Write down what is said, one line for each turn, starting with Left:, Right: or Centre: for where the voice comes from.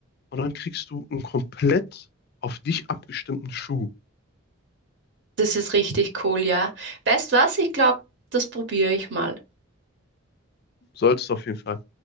Left: Und dann kriegst du einen komplett auf dich abgestimmten Schuh.
Right: das ist richtig cool, ja. Weißt was? Ich glaube, das probiere ich mal.
Left: Solltest du auf jeden Fall